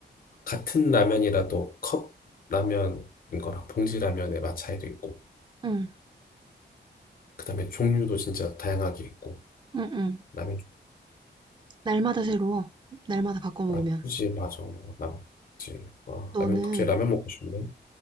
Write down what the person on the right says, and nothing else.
응,
응, 응.
날마다 새로워. 날마다 바꿔 먹으면.
너는